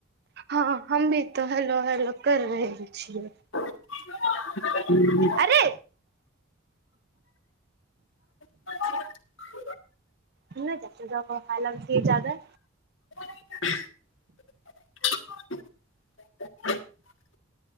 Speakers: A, on the right; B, on the left.
A: हँ हमभि तो हेलो हेलो कर रहल छियै
B: <inaudible>
A: अरे
B: <inaudible>
A: नहि जा खायइ की जादा
B: <inaudible>